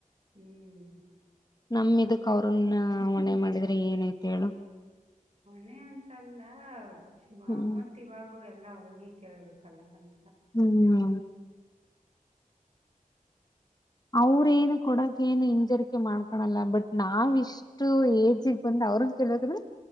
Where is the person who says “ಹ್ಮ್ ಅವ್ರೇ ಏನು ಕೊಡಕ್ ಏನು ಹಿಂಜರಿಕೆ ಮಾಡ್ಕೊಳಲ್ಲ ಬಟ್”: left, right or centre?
Left